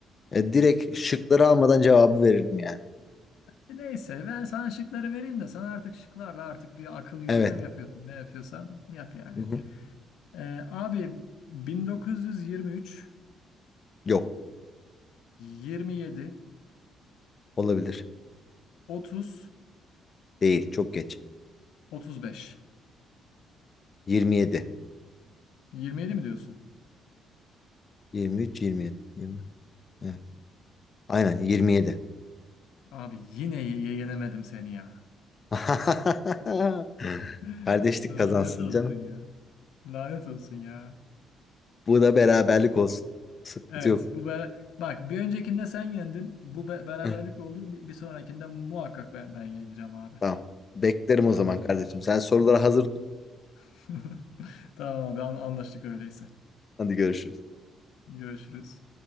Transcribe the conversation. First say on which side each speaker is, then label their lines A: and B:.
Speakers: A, on the left; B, on the left.
A: E, direkt şıkları almadan cevabı verirdim yani.
B: neyse ben sana şıkları vereyim de sen artık şıklarla artık bir akıl yürütme
A: Evet.
B: mi yapıyorsun? Ne yapıyorsan yap yani.
A: Hı hı.
B: Ee, abi 1923,
A: Yok.
B: 27,
A: Olabilir.
B: 30,
A: Değil. Çok geç.
B: 35.
A: 27.
B: 27 mi diyorsun?
A: 23, 27. 20. Evet. Aynen 27.
B: Abi yine ye- yenemedim seni ya.
A: <laughs>
B: <laughs>
A: Kardeşlik
B: Lanet
A: kazansın
B: olsun
A: canım.
B: ya. Lanet olsun ya.
A: Bu da beraberlik olsun. Sıkıntı
B: Evet,
A: yok.
B: bu bera- bak bir öncekinde sen yendin. Bu be- beraberlik
A: Heh,
B: oldu. Bir, bir sonrakinde muhakkak ben, ben yeneceğim abi.
A: Tamam. Beklerim o
B: Tamam.
A: zaman kardeşim. Sen soruları hazır tut.
B: <laughs> Tamam abi an- anlaştık öyleyse.
A: Hadi görüşürüz.
B: Görüşürüz.